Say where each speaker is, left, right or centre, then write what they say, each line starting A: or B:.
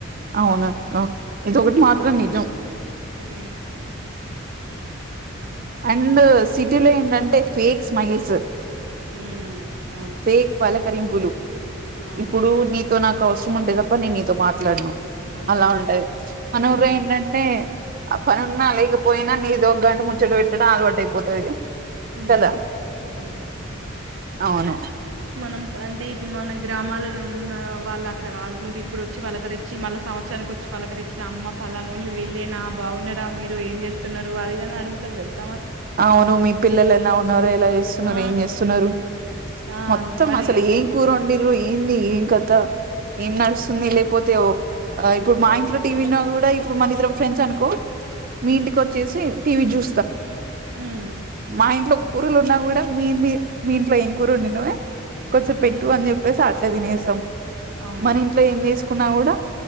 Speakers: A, on the right; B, on the right.
A: అవును అక్క ఇదొకటి మాత్రం నిజం
B: ఊ
A: అండ్ సిటీ లో ఏందంటే ఫేక్ స్మైల్స్
B: హ్మ్. అవును.
A: ఫేక్ పలకరింపులు
B: అవును.
A: ఇప్పుడు నీతో నాక్ అవసరం ఉంటే తప్ప నేను నీతో మాట్లాడను
B: అంతే
A: అలా ఉంటది మనూర్లో
B: ఉమ్
A: ఏంటంటే ఆ పని ఉన్నా లేకపోయినా నీదో గంట ముచ్చట పెట్టడం అలవాటు అయిపోతది
B: ఊ
A: కదా
B: అంతే
A: అవును
B: మనం పంటే ఇప్పుడు మన గ్రామాలలో ఉన్న వాళ్ళు అట్లా కాదు నువ్వు ఇప్పుడు వచ్చి వళకరిచ్చి మళ సంవత్సరానికి వచ్చి పలకరి ఇచ్చిన అమ్మ పలానోళ్లు వెళ్ళలేనా బాగున్నా మీరు ఏం చెప్తున్నారు అదిదని అడుగుతారు తెలుసు
A: అవును మీ పిల్లలు ఎలా ఉన్నారు ఎలా చేస్తున్నారు
B: ఆ
A: ఏం చేస్తున్నారు
B: ఆ
A: మొత్తం
B: మరి
A: అసాల
B: అట్లా
A: ఏం కూర వండిరూ ఏంది ఏం కత ఏం నడస్ ఉంది లేకపోతే ఇప్పుడు మా ఇంట్లో టీవీ కూడా ఇప్పుడు మన ఇద్దరం ఫ్రెండ్స్ అనుకో మీ ఇంటికి వచ్చేసి టీవీ చూ
B: ఉమ్
A: మా ఇంట్లో కూరలు ఉన్నా కూడా మీ మీ ఇంట్లో ఏం కూర వండినవే కొంచెం పెట్టు
B: ఉమ్
A: అని చెప్పేసి అట్లే తినేసాం
B: అవును
A: మన ఇంట్లో ఏం చేసుకున్నా కూడా